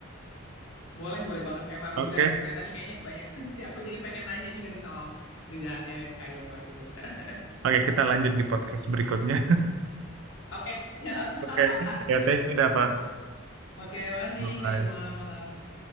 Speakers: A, on the left (about 75°); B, on the right (about 75°).
A: boleh boleh banget kayak aku
B: Oke,
A: juga sebenarnya tadi kayaknya kebanyakan <laughs> dari aku jadi pengen nanya juga nih soal kerjaannya yang Kayoma gitu. <laughs>
B: Oke, kita lanjut di podcast berikutnya.
A: Oke, siap.
B: <laughs> Oke,
A: <laughs>
B: Ya, thank you, Dava.
A: Oke, makasih
B: Bye.
A: Kayoma malam.